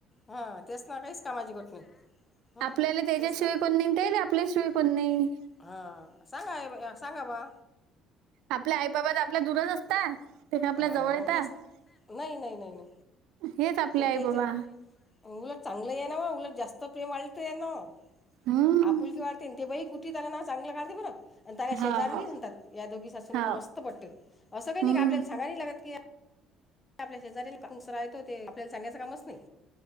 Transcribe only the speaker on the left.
हा तेच ना काहीच कामाची गट नाही. हां
तेच ना
हा सांगाय बाई अ सांगा बा.
हा
मंग
तेच नाही नाही नाही ना.
ते
तेच
उलट चांगलं आहे ना उलट जास्त प्रेम वाळते ना.
आपुलकी वाढते तेन बई कुठे त्याला नाव चांगलं काढते बरं. आणि त्याला शेजऱ्यांनी
बोलतात या दोघी सासूसुनेचं
मस्त पटतं असं काही नाही
का आपल्याला सांगाय नाही लागत. की आपल्या शेजाारीलाच राहतो ते आपल्याला सांगायच कामच नाही.